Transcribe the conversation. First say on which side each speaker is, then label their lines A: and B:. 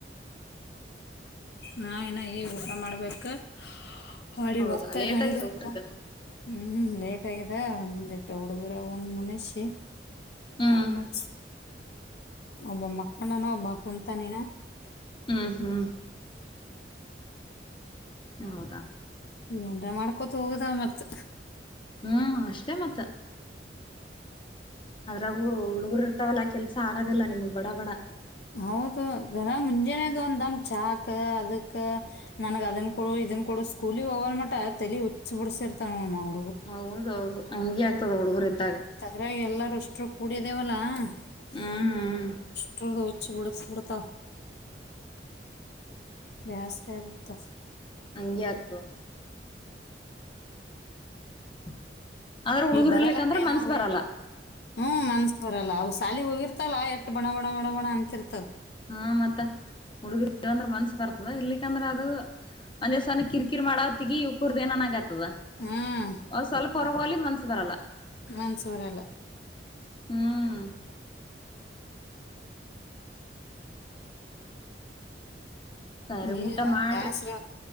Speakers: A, on the left; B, on the left.
A: ನಾ ಇನ್ನ್ ಈಗ್ ಊಟ ಮಾಡ್ಬೇಕು ಹೊಡಿ
B: ಹೌದಾ
A: ಒತ್ತಾಯ್ತು
B: ಲೇಟ್
A: ಮಾಡ
B: ಆಗ್ಯದ ಊಟಕ್ಕ
A: ಹ್ಮ್ ಲೇಟ್ ಆಗೈ ಅ ಅಂದಿಟ್ ಹೌಡು ಅವ್ರ ಒಂದ್ ಮನಷಿ
B: ಹ್ಮ್
A: ಅ ಮತ್ಸ್ ಒಬ್ಬೊಬ್ ಮಕ್ಕಂಡನ ಒಬ್ಬ ಕುಂತಾನಿನ
B: ಹ್ಮ್ ಹ್ಮ್ ಹೌದಾ
A: ಎನ್ರ ಮಾಡ್ಕೊತ ಹೋಗದ ಮತ್
B: ಹ್ಮ್ ಅಷ್ಟೇ ಮತ್ತ ಅದ್ರಾಗೂ ಹುಡುಗರು ಇರ್ತಾವಲ್ಲಾ ಕೆಲ್ಸ ಆಗೋದಿಲ್ಲ ನಿಮಗ್ ಬಡ ಬಡ
A: ಹೌದು ಗರ ಮುಂಜಾನೇದ್ ಒಂದಮ್ ಚಾಕ ಅದುಕ ನನುಗ್ ಅದುನ್ ಕೊಡು ಇದುನ್ ಕೊಡು ಸ್ಕೂಲಿಗ್ ಹೋಗಲ್ ಮಟ ತಲಿ ಹುಚ್ ಬಿಡ್ಸಿರ್ತಾವ ನಮ್ಮವ್
B: ಹೌದೌದು ಹಂಗೆ ತ ಹುಡುಗುರ್ ಇದ್
A: ತದ್ರ ಎಲ್ಲರೂಷ್ ಟ್ರೂ ಕುಡಿದೇವಲ್ಲ <unintelligible>
B: ಹ್ಮ್ ಹ್ಮ್
A: ಹುಚ್ ಬಿಡುಸ್ ಬಿಡುತ್ತಾವ ಬ್ಯಾಸರಾ ಆಬಿಡ್ತಾದ್
B: ಹಂಗೆ ಆಗ್ತ್ ವ <inaudible> ಆದ್ರ ಹುಡ್ಗೂರ್ರ್ಲಿಕ್
A: ಇಲ್ಲಿ ಬರಲ್ಲಕ್ಕ
B: ಅಂದ್ರ
A: ಏನ
B: ಮನ್ಸ
A: ಅವ್ರಿಗೆ
B: ಬರಲ್ಲ
A: ಹ್ಮ್ ಮನ್ಸ್ ಬರಲ್ಲ ಅವು ಸಾಲಿಗ್ ಹೋಗಿರ್ತಲ್ಲ ಎಟ್ ಬಣ ಬಣ ಬಣ ಬಣ ಅಂತಿರ್ತದ್
B: ಹ ಮತ್ತ ಹುಡುಗುರ್ ಇಲ್ಲ ಅಂದ್ರ ಮನ್ಸ್ ಬರ್ತದ ಇರಲಿಕಂದ್ರ ಅದು ಒಂದ್ ಸಾನೆ ಕಿರ ಕೀರ್ ಮಾಡತ್ತಗಿ ಇವತುರ್ದ್ ಏನ ಆಗ್ಯಾದ್ ತದ
A: ಹ್ಮ್
B: ಆ ಸ್ವಲ್ಪ್ ಪರವೋಲಿ ಮನಸ ಬರಲ್ಲ
A: ಮನ್ಸ್ ಬರಲ್ಲ.
B: ಹ್ಮ್ ಸರಿ
A: ಏನ
B: ಊಟ ಮಾಡ್ರಿ
A: ಬ್ಯಾಸ್ರ